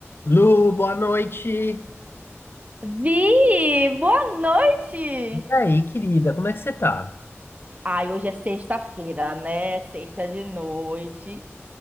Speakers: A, on the left; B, on the right.
A: Lu, boa noite. E
B: Vi, boa noite.
A: aí, querida, como é que você tá?
B: Ai, hoje é sexta-feira, né? Sexta de noite.